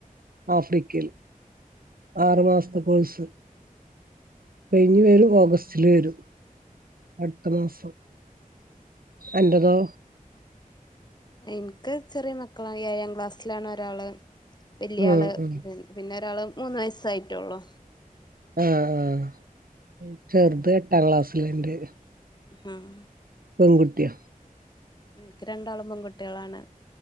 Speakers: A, on the right; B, on the left.
A: ആഫ്രിക്കയിൽ ആറു മാസത്തെ കോഴ്സ് കഴിഞ്ഞു വരും ഓഗസ്റ്റില് വരും അടുത്ത മാസം അന്റതോ
B: എനിക്ക് ചെറിയ മക്കളാണ് ഏഴാം ക്ലാസ്സിലാണ് ഒരാള് വലിയാള്
A: ഉം ഉം
B: പി പിന്നെ ഒരാൾ മൂന്ന് വയസ്സായിട്ടുള്ളൂ
A: ആഹ ആഹ ചെറുത് എട്ടാം ക്ലാസ്സിലുണ്ട്
B: ഹം
A: പെൺകുട്ടിയൊ
B: എനിക്ക് രണ്ടോളം പെൺകുട്ടികളാണ്